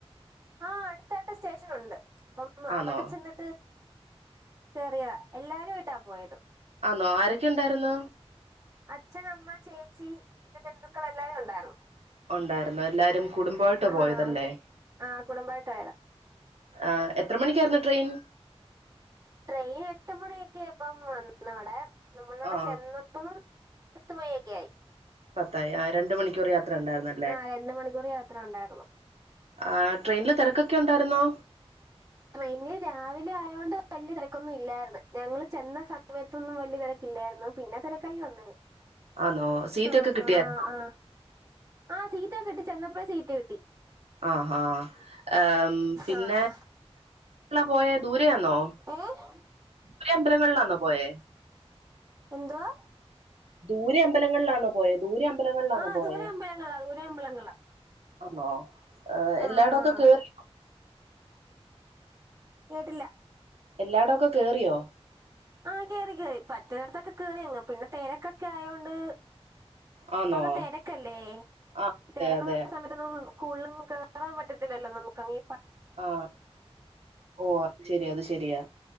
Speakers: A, on the right; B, on the right.
A: ആഹ് അട്ത്തായിട്ട് സ്റ്റേഷൻ ഉണ്ട് അപ്പം
B: ആന്നോ
A: അവിടെ ചെന്നി കേറിയതാ എല്ലാരും ആയിട്ടാ പോയത്
B: ആന്നോ ആരൊക്കെ ഇണ്ടായിര്ന്ന്
A: അച്ഛൻ അമ്മ ചേച്ചി പിന്നെ ബന്ധുക്കൾ എല്ലാരുണ്ടായിരുന്നു
B: ഉണ്ടായിരുന്നു എല്ലാരും കുടുംബമായിട്ട്
A: ആഹ്
B: പോയതല്ലേ
A: ആഹ് കുടുംബായിട്ട് പോയതാ
B: ആഹ് എത്ര മണിക്കായിരുന്നു ട്രെയിൻ
A: ട്രെയിൻ എട്ട് മണിയൊക്കായപ്പം വന്നവടെ നമ്മളവിടെ
B: ആ
A: ചെന്നപ്പം പത്ത് മണി ഒക്കെ ആയി
B: പത്തായി ആ രണ്ട് മണിക്കൂർ യാത്ര ഇണ്ടായിര്ന്ന്
A: ആ രണ്ട് മണിക്കൂർ യാത്ര ഉണ്ടായിരുന്നു
B: ആ ട്രെയിനില് തെരക്കൊക്കെ ഉണ്ടായിരുന്നോ
A: ട്രെയിനില് രാവിലെ ആയോണ്ട് വല്ലിയ തെരക്കൊന്നും ഇല്ലായിര്ന്ന് ഞങ്ങള് ചെന്ന സമയത്തൊന്നും വല്ലിയ തെരക്കില്ലായിര്ന്ന് പിന്നെ തെരക്കായി വന്ന്
B: ആന്നോ സീറ്റൊക്കെ
A: ആ
B: കിട്ടിയായിരുന്നോ
A: ആ ആ ആഹ് സീറ്റ് ഒക്കെ കിട്ടി ചെന്നപ്പയെ സീറ്റ് കിട്ടി
B: ആഹ് ഹാ ഉം പിന്നെ
A: ആഹ്
B: പോയെ ദൂരെയാന്നോ
A: ഏഹ്
B: <unintelligible> അമ്പലങ്ങളിലാണോ പോയേ
A: എന്തുവാ
B: ദൂരെ അമ്പലങ്ങളിലാന്നോ പോയെ ദൂരെ അമ്പലങ്ങളിലാന്നോ
A: ആഹ്
B: പോയെ
A: ദൂരെ അമ്പലങ്ങളാ ദൂരെ അമ്പലങ്ങളാ
B: ആന്നോ എല്ലാടൊക്കെ
A: ആഹ് ആഹ്
B: കേറി
A: കേട്ടില്ല
B: എല്ലാടോക്കെ കേറിയോ
A: ആഹ് കേറി കേറി പറ്റുന്നിടത്തൊക്കെ കേറി അങ്ങ് പിന്നെ തിരക്കൊക്കെ ആയോണ്ട്
B: ആന്നോ
A: ഇപ്പ അങ്ങ് തെരക്കല്ലേ
B: ആ അതെ
A: തെരക്കുള്ള
B: അതെ
A: സമയത്ത് സ്കൂളിലും കേറാൻ പറ്റത്തില്ലല്ലോ നമുക്കങ്ങ.
B: ആഹ് ഓ അത് ശരി അത് ശരിയാ